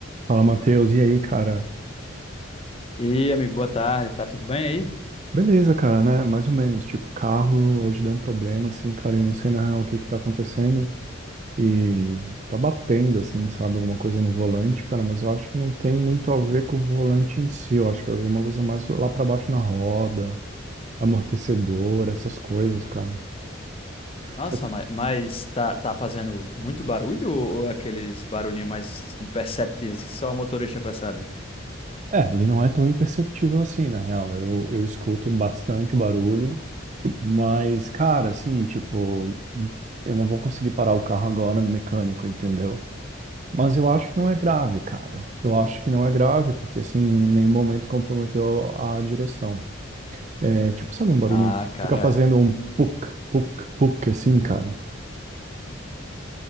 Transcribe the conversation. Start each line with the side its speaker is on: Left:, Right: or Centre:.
Right: Fala, Matheus. E aí, cara?
Left: E amigo, boa tarde, tá tudo bem aí?
Right: Beleza, cara, né? Mais ou menos. Tipo, carro hoje deu um problema, assim, cara. Eu não sei na real o que que tá acontecendo. E tá batendo, assim, sabe? Alguma coisa no volante, cara. Mas eu acho que não tem muito a ver com o volante em si. Eu acho que é alguma coisa mais lá pra baixo na roda, amortecedor, essas coisas, cara.
Left: Nossa,
Right: Só que,
Left: ma- mas, tá, tá fazendo muito barulho ou ou é aqueles barulhinhos mais imperceptíveis que só o motorista percebe?
Right: é, ele não é tão imperceptível assim, na real. Eu, eu escuto bastante barulho. Mas, cara, assim, tipo. Eu não vou conseguir parar o carro agora no mecânico, entendeu? Mas eu acho que não é grave, cara. Eu acho que não é grave, porque assim, em nenhum momento comprometeu a, a direção. É tipo, sabe um barulhinho?
Left: Ah, cara,
Right: Fica fazendo um puk, puk, puk, assim, cara.
Left: é.